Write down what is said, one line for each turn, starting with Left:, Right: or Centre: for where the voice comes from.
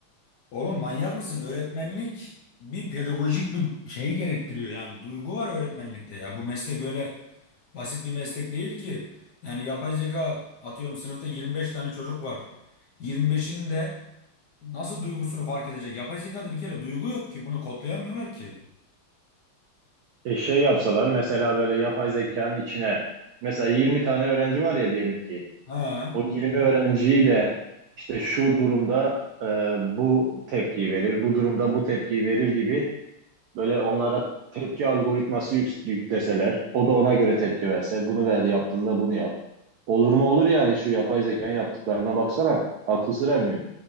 Left: Oğlum manyak mısın? Öğretmenlik bir pedagojik bir şey gerektiriyor yani duygu var öğretmenlikte ya. Bu meslek öyle basit bir meslek değil ki. Yani yapay zeka atıyorum sınıfta 25 tane çocuk var. 25'in de Nasıl duygusunu fark edecek? Yapay zekada bir kere duygu yok ki. Bunu kodlayamıyorlar ki.
Right: E şey yapsalar mesela böyle yapay zekanın içine mesela 20 tane öğrenci var ya diyelim ki
Left: He.
Right: o 20 öğrenciyi de işte şu durumda e, bu tepkiyi verir, bu durumda bu tepkiyi verir gibi böyle onlara tepki algoritması yük- yükleseler o da ona göre tepki verse bunu ver yaptığında bunu yap. Olur mu olur yani şu yapay zekanın yaptıklarına baksana akıl sır ermiyor.